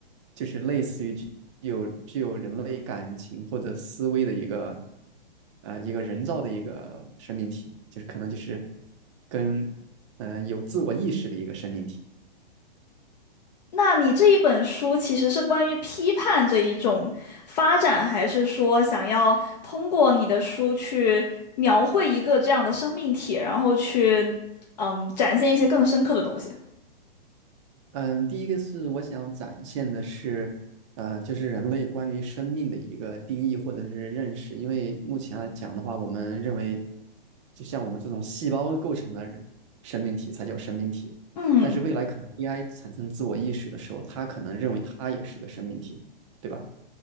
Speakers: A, on the right; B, on the left.
A: 就是类似于具有具有人类感情或者思维的一个，呃，一个人造的一个生命体，就是可能就是跟，嗯、有自我意识的一个生命体。
B: 那你这一本书其实是关于批判这一种发展，还是说想要通过你的书去描绘一个这样的生命体，然后去嗯展现一些更深刻的东西？
A: 嗯，第一个是我想展现的是，呃，就是人类关于生命的一个定义或者是认识。因为目前来讲的话，我们认为，就像我们这种细胞构成的人生命体才叫生命体。
B: 嗯
A: 但是未来可能 AI 产生自我意识的时候，它可能认为它也是个生命体，对吧？